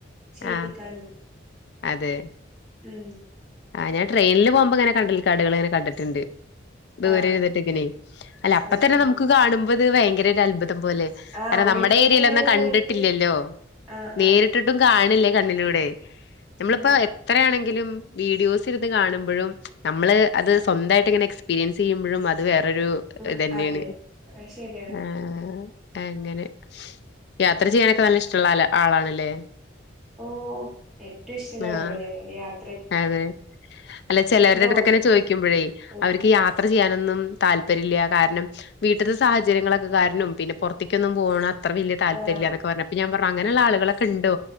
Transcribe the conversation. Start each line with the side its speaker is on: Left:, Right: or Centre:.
Centre: ചെയ്യിപ്പിക്കാലോ.
Left: ആഹ് അതെ
Centre: ഉം
Left: ആഹ് ഞാൻ ട്രെനില് പോകുമ്പോ ഇങ്ങനെ കണ്ടൽ കടുകളിങ്ങനെ കണ്ടിട്ടുണ്ട് ദൂരെരുന്നിട്ട്
Centre: ആഹ്
Left: ഇങ്ങനെ അല്ല അപ്പോത്തെന്നെ
Centre: ആഹ് ആഹ്
Left: നമുക്ക് കാണുമ്പോ ഇത് ഭയങ്കര ഒരു അത്ഭുതം പോലെ
Centre: ആഹ്
Left: അല്ല
Centre: ഉള്ളില്
Left: നമ്മടെ ഏരിയയിലൊന്നും
Centre: ഇങ്ങനെ
Left: കണ്ടിട്ടില്ലല്ലോ
Centre: പോയിട്ട് ആഹ്
Left: നേരിട്ടി
Centre: ആഹ്
Left: ട്ടും കാണല്ലേ കണ്ണിലൂടെ നമ്മളിപ്പോ
Centre: ഉം
Left: എത്രയാണെങ്കിലും വീഡിയോസ് ഇരുന്ന് കാണുമ്പഴും നമ്മള് അത് സ്വന്തായിട്ട് ഇങ്ങനെ എക്സ്പീരിയൻസ് ചെയ്യുമ്പഴും അത് വേറൊരു
Centre: ഉം
Left: ഇതെന്നെയാണ്
Centre: അതെ അത് ശരിയാണ്
Left: ആഹ് അങ്ങനെ യാത്ര ചെയ്യാനൊക്കെ നല്ല ഇഷ്ടള്ള അല്ല ആളാണല്ലേ
Centre: ഓ ഏറ്റും ഇഷ്ടള്ള
Left: ആഹ്
Centre: പരിപാടിണ് യാത്
Left: അതെ അല്ല ചെലരുടെ അടുത്തൊക്കെ
Centre: കൂടെ
Left: ഇങ്ങനെ ചോയിക്കുമ്പഴേ
Centre: ഉം
Left: അവർക്ക് യാത് യാത്ര ചെയ്യാനൊന്നും താല്പര്യല്ല കാരണം വീട്ട്ത്തെ സാഹചര്യങ്ങളൊക്കെ കാരണും പിന്നെ പുറത്ത്ക്കൊന്നും പോണ അത്ര വലിയ താല്പര്യല്ല
Centre: ആഹ്
Left: എന്നൊക്കെ പറഞ്ഞ് അപ്പം ഞാൻ പറഞ്ഞ് അങ്ങനെള്ള ആളുകളൊക്കെ ഇണ്ടോ